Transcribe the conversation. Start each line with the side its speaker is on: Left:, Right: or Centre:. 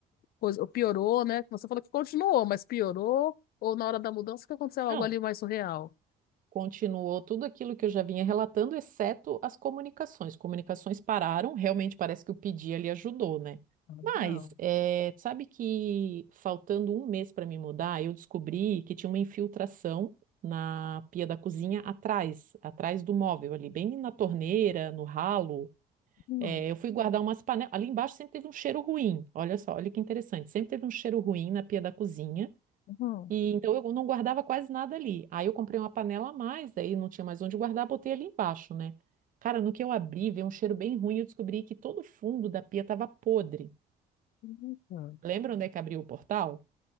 Left: coisa, ou piorou, né? Você falou que continuou, mas piorou ou na hora da mudança que aconteceu
Right: Não,
Left: algo ali mais surreal?
Right: continuou tudo aquilo que eu já vinha relatando, exceto as comunicações. Comunicações pararam, realmente parece que o pedir ali ajudou, né?
Left: Ah,
Right: Mas,
Left: legal.
Right: é, sabe que faltando um mês para me mudar, eu descobri que tinha uma infiltração na pia da cozinha atrás, atrás do móvel ali, bem na torneira, no ralo.
Left: Uhum,
Right: É, eu fui guardar umas panelas. Ali embaixo sempre teve um cheiro ruim. Olha só, olha que interessante. Sempre teve um cheiro ruim na pia da cozinha.
Left: uhum,
Right: E então eu não guardava quase nada ali. Aí eu comprei uma panela a mais, daí não tinha mais onde guardar, botei ali embaixo, né? Cara, no que eu abri, veio um cheiro bem ruim, eu descobri que todo o fundo da pia estava podre.
Left: uhum.
Right: Lembra onde é que abriu o portal?